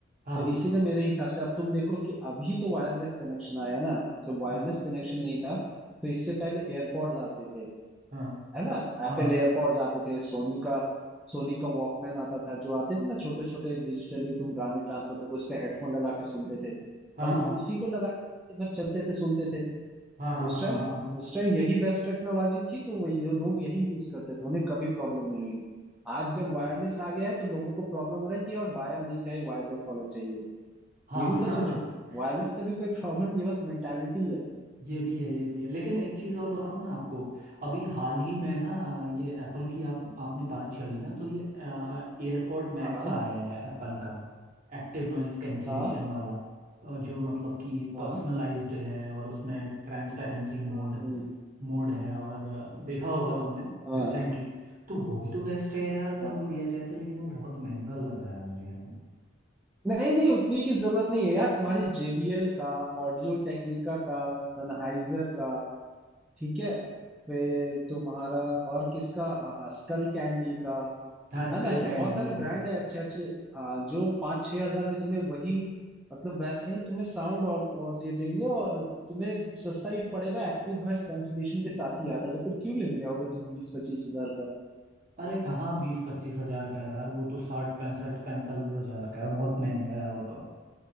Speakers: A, on the right (about 45°); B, in the centre.
A: हाँ
B: तो इसी ने मेरे हिसाब से अब तुम देखो कि अभी तो वायरलेस कनेक्शन आया ना जब वायरलेस
A: हाँ
B: कनेक्शन नहीं था तो इससे पहले एयरपॉड्स आते थे
A: हाँ
B: है ना एप्पल
A: हाँ हाँ
B: एयरपॉड्स आते थे सोनी का सोनी का वॉकमैन आता था जो आते थे ना छोटे छोटे डिजिटली तुम गाने ट्रांसफर करके उस पे हेडफोन लगा के सुनते थे
A: हाँ
B: और लोग
A: हाँ
B: उसी को लगा के घर चलते थे सुनते थे
A: हाँ हाँ
B: उस
A: हाँ
B: टाइम
A: हाँ हाँ
B: उस टाइम यही बेस्ट टेक्नोलॉजी थी तो वही ये लोग यही यूज करते थे उन्हें कभी प्रॉब्लम नहीं हुई आज जब वायरलेस आ गया है तो लोगों को प्रॉब्लम हो रहा है कि यार वायर नहीं चाहिए वायरलेस होना चाहिए
A: हाँ
B: ये भी
A: हाँ
B: तो
A: हाँ
B: सोचो
A: हाँ
B: वायरलेस का भी कोई प्रॉब्लम ये बस मेंटालिटी है
A: ये भी है ये भी है लेकिन एक चीज़ और बताऊं मैं आपको अभी हाल ही में ना ये एप्पल की आप आपने बात छेड़ी ना तो ये एयरपॉड मैक्स
B: हाँ
A: आया है एप्पल का एक्टिव नॉइस कैंसिलेशन
B: हाँ
A: वाला अ, जो मतलब कि
B: हाँ
A: पर्सनलाइज्ड है और उसमें ट्रांसपेरेंसी मोड
B: हम्म,
A: मोड है और अ, देखा होगा तुमने
B: हाँ
A: रिसेंटली तो वो भी तो बेस्ट है यार अगर
B: हाँ
A: वो लिया जाए तो लेकिन वो बहुत महंगा लग रहा है मुझे है ना
B: नहीं नहीं उतनी की जरूरत नहीं है यार तुम्हारी JBL का ऑडियो टेक्निका का सनहाइजर का ठीक है फिर तुम्हारा और किसका स्कल कैंडी का
A: हाँ स्कल
B: है ना ऐसे
A: कैंडी
B: बहुत सारे ब्रांड है अच्छे अच्छे आ, जो पाँच छह हजार में तुम्हें वही मतलब वैसा ही तुम्हें साउंड और, और दे देंगे और तुम्हें सस्ता ही पड़ेगा एक्टिव नॉइस कैंसलेशन के साथ ही आता है तो फिर क्यों लेने जाओगे तुम बीस पच्चीस हजार का
A: अरे कहाँ बीस पच्चीस हजार का है यार वो तो साठ पैंसठ पैंतालीस हजार का है बहुत महंगा है वो तो